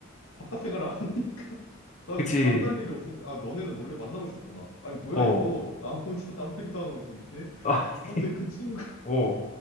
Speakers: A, on the left (about 85°); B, on the left (about 35°).
A: 바깥 생활을 안 하니까. <laughs> 나그
B: 그치,
A: 만날 일이 없었는데, 아, 너네는 몰래 만나고 있었구나. 아니, 뭐야,
B: 어,
A: 이거. 나 혼자 <laughs> 따돌림 당하고 있었는데.
B: 아, <laughs>
A: 아무튼 그 친구,
B: 어,